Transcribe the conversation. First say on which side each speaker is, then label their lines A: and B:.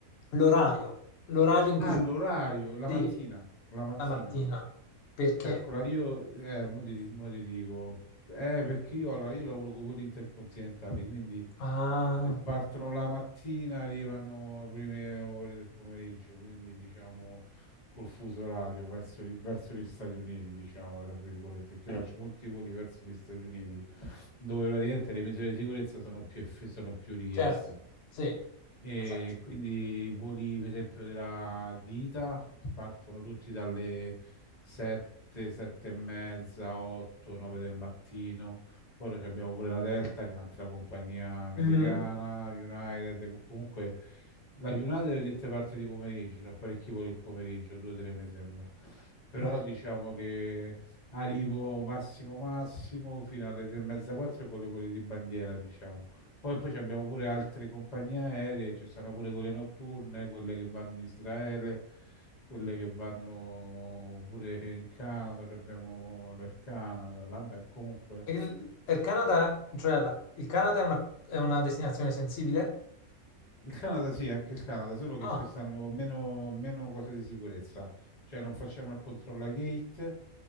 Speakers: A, on the left; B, on the left.
A: l'orario, l'orario in
B: Ah,
A: cui ci
B: l'orario,
A: sono più voli.
B: la
A: Sì,
B: mattina, la mattina.
A: la mattina. Perché?
B: Calcola, io, eh, mo ti, mo ti dico, eh, perché io, allora, io lavoro con i voli intercontinentali, quindi
A: Ah,
B: se partono la mattina arrivano le prime ore del pomeriggio, quindi diciamo col fuso orario verso, gli- verso gli Stati Uniti, diciamo, tra virgolette, che io faccio molti voli verso gli Stati Uniti, dove praticamente le misure di sicurezza sono più, eff- sono più richieste.
A: certo, sì,
B: E
A: ha senso.
B: quindi i voli, per esempio, della di ida partono tutti dalle 7, 7 e mezza, 8, 9 del mattino. Poi noi abbiamo pure la Delta, che è un'altra compagnia americana,
A: Mhm.
B: United, co- comunque la United è dette parte di pomeriggio, c'è parecchi voli il pomeriggio, 2-3 mi sembra. Però
A: Eh,
B: diciamo che arrivo massimo massimo fino alle 3 e mezza, 4 con le voli di bandiera, diciamo. Poi, poi ci abbiamo pure altre compagnie aeree, ci stanno pure quelle notturne, quelle che vanno in Israele, quelle che vanno pure in Canada, ci abbiamo del Canada, vabbè, comunque
A: Il, il Canada, cioè la- il Canada è una, è una destinazione sensibile?
B: il Canada sì, anche il Canada, solo che
A: Ah,
B: ci stanno meno, meno cose di sicurezza, cioè non facciamo il controllo a gate,